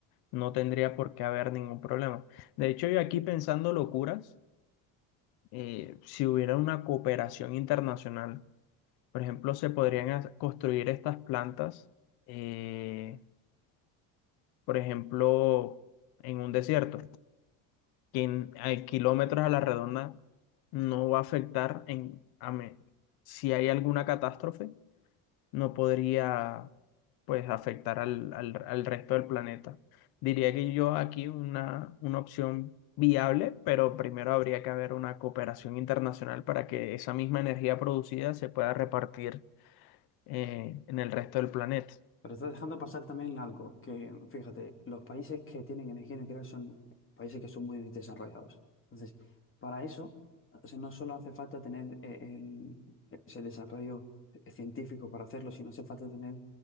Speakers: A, on the left (about 65°); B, on the left (about 30°).
A: no tendría por qué haber ningún problema. De hecho, yo aquí pensando locuras, eh, si hubiera una cooperación internacional Por ejemplo, se podrían ha- construir estas plantas, eh, por ejemplo, en un desierto, que en- a kilómetros a la redonda no va a afectar en, a me- si hay alguna catástrofe, no podría pues afectar al, al- al resto del planeta. Diría que yo aquí una, una opción viable, pero primero habría que haber una cooperación internacional para que esa misma energía producida se pueda repartir eh, en el resto del planeta.
B: Pero estás dejando pasar también algo que, fíjate, los países que tienen energía nuclear son países que son muy desarrollados. Entonces, para eso, o sea, no solo hace falta tener eh, el, ese desarrollo científico para hacerlo, sino hace falta tener